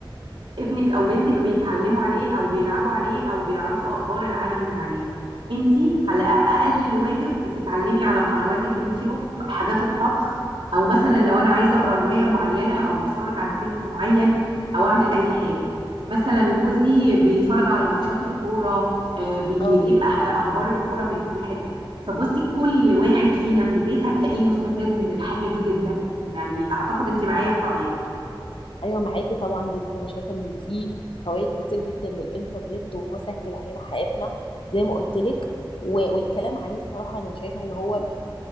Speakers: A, on the right (about 75°); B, on the left (about 80°).
A: ابنك او بنتك بيتعلموا عليه او بيلعبوا عليه او بيعرفوا اخبار العالم من عليه انتي على اقل واجب بتتعلمي على قنوات اليوتيوب حاجات الطبخ او مثلا لو انا عايزه اقرا روايه معينه او اتفرج على فيلم معين او اعمل اي حاجه مثلا جوزي بيتفرج على ماتشات الكوره آه، بيجيب
B: اه
A: أح- اخبار الكوره من كل حته فبصي كل واحد فينا في البيت هتلاقيه مستفاد من الحاجه دي جدا يعني اعتقد انت معايا في رايك
B: ايوه معاكي طبعا جدا انا شايفه ان في فوائد كتير جدا للانترنت وهو سهل علينا حياتنا زي ما قلت لك و- والكلام عليه صراحه انا شايفه ان هو